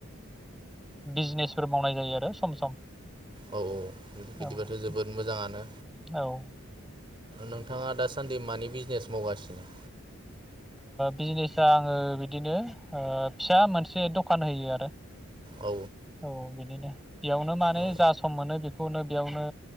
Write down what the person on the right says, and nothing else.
औ औ बिदिबाथ'
जोबोद मोजाङानो
नोंथाङा दासान्दि मानि बिजनेस मावगासिनो
औ
औ